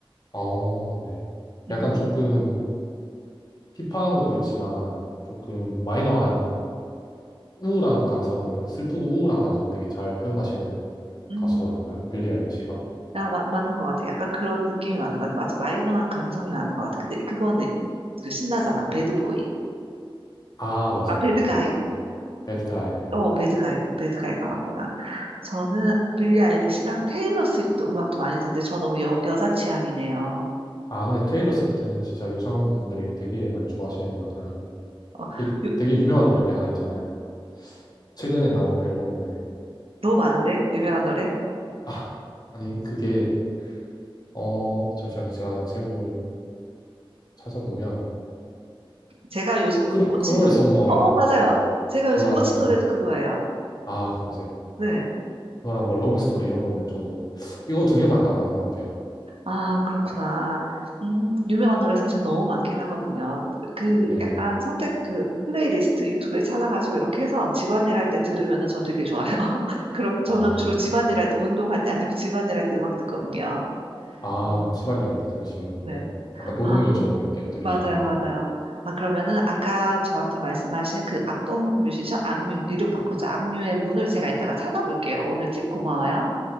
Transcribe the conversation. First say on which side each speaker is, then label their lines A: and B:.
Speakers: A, on the left (about 45°); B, on the right (about 85°).
A: 어, 네.
B: 음,
A: 약간 조금 힙한 것도 있지만, 조금 마이너한 우울한 감성을, 슬프고 우울한 감성을 되게 잘 표현하시는
B: 음.
A: 가수 아닌가요? 빌리 아일리시가?
B: 아, 마- 맞는 것 같아. 약간 그런 느낌이 맞는 것 같아. 맞아. 마이너한 감성이 많은 것 같아. 근데 그거는 그 신나잖아. 배드보이.
A: 아, 맞아요,
B: 아, 배드가이?
A: 맞아요. 네. 배드 가이, 네.
B: 어, 배드가이, 배드가이가 맞구나. 저는 빌리 아일리시랑 테일러 스위프트 음악도 많이 듣는데 저 너무 여, 여자 취향이네요.
A: 아, 근데 테일러 스위프트는 진짜 여성분들이 되게 많이 좋아하시는 것 같더라고요.
B: 어,
A: 그
B: 요-
A: 되게 유명한 노래 하나 있잖아요. 최근에 나온 앨범인데.
B: 너무 많은데? 유명한 노래?
A: 아, 아니, 그게, 어, 잠시만요. 제가 제목을 찾아보면,
B: 제가 요즘
A: 크루,
B: 꽂힌
A: 크롤
B: 노래.
A: 썸머
B: 어,
A: 이런 거,
B: 맞아요.
A: 네.
B: 제가 요즘
A: 그거랑
B: 꽂힌
A: 뭐,
B: 노래도 그거예요.
A: 아, 그러세요.
B: 네.
A: 그거랑 뭐, 러브 스토리 이런 거는 저도, 이거 두 개만 딱 아는 것 같아요.
B: 아, 그렇구나. 음, 유명한 노래 사실 너무 많긴 하거든요. 그, 그
A: 네.
B: 약간 선택 그 플레이리스트 유튜브에 찾아가지고 이렇게 해서 집안일 할 때 들으면은 저 되게 좋아요. <laughs> 그럼 저는
A: 아.
B: 주로 집안일 할 때 운동할 때 아니고 집안일 할 때 음악 듣거든요.
A: 아,
B: 음.
A: 집안일 할 때 들으시는군요.
B: 네.
A: 약간 노동요처럼
B: 아,
A: 이렇게 들으시나
B: 맞아요,
A: 보네요.
B: 맞아요. 아, 그러면은 아까 저한테 말씀하신 그 악동 뮤지션, 악뮤, 이름 바꾸자. 악뮤의 문을 제가 이따가 찾아볼게요. 오늘 팁 고마워요.